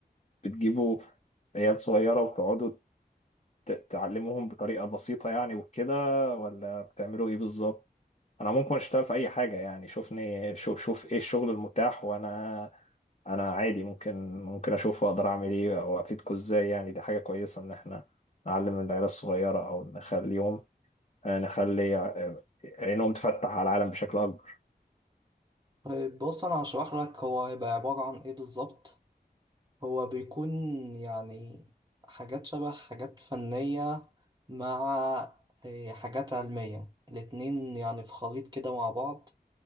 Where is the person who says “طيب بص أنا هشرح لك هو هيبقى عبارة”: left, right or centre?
Right